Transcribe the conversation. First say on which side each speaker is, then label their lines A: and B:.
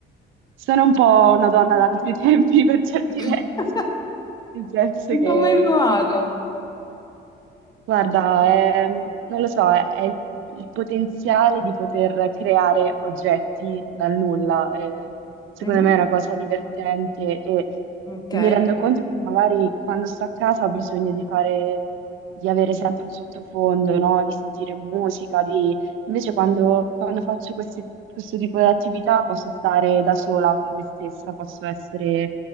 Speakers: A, on the right; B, on the left.
A: sono un po' una donna d'altri tempi <laughs> per certi
B: <laughs>
A: versi, nel senso
B: Non
A: che
B: ci ho mai provato.
A: sì. eh, Guarda, è- non lo so, è, è il il potenziale di poter creare oggetti dal nulla. eh, secondo
B: Mhm.
A: me è una cosa divertente e
B: Ok.
A: mi rendo conto che magari quando sto a casa ho bisogno di fare, di avere sempre un sottofondo, no? Di sentire musica, di... Invece quando, quando faccio questi- questo tipo di attività posso stare da sola con me stessa, posso essere